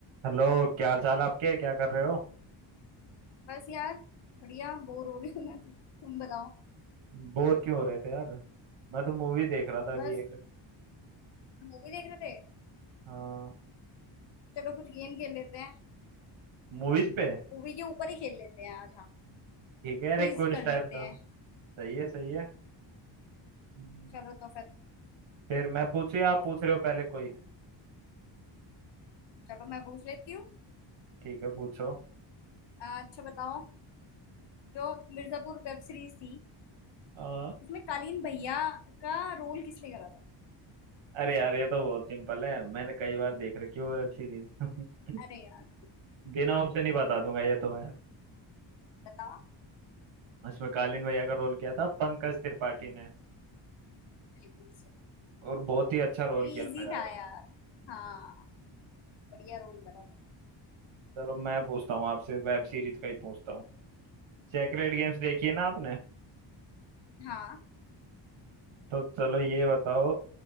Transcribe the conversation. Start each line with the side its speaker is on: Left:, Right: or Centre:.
Right: Hello क्या हाल चाल आपके क्या कर रहे हो
Left: बस यार बढ़िया बोर हो रही हूँ मैं तो तुम बताओ
Right: बोर क्यों हो रहे थे यार मैं तो मूवी देख रहा था
Left: बस
Right: अभी एक
Left: मूवी देख रहे थे
Right: हाँ
Left: चलो कुछ गेम खेल लेते हैं
Right: मूवीज पे
Left: मूवी के ऊपर ही खेल लेते हैं आज हाँ
Right: ठीक है यार
Left: क्विज
Right: एक क्विज
Left: कर
Right: टाइप
Left: लेते
Right: का
Left: हैं
Right: सही है सही है हम्म,
Left: चलो तो फिर
Right: फिर मैं पूछू या आप पूछ रहे हो पहले कोई
Left: चलो मैं पूछ लेती हूँ
Right: ठीक है पूछो
Left: आ, अच्छा बताओ जो मिर्जापुर वेब सीरीज थी
Right: आ,
Left: उसमें कालीन भैया का रोल किसने करा था
Right: अरे यार ये तो बहुत सिंपल है मैंने कई बार देख रखी है वेब सीरीज <laughs>
Left: अरे यार
Right: बिना ऑप्शन ही बता दूंगा ये तो मैं
Left: बताओ
Right: इसमें कालीन भैया का रोल किया था पंकज त्रिपाठी ने
Left: बिल्कुल सही
Right: और बहुत ही अच्छा रोल
Left: ये
Right: किया था
Left: इजी
Right: यार
Left: था यार हाँ बढ़िया रोल करा था
Right: चलो मैं पूछता हूँ आपसे वेब सीरीज का ही पूछता हूँ सेक्रेड गेम्स देखी है ना आपने
Left: हाँ
Right: तो चलो ये बताओ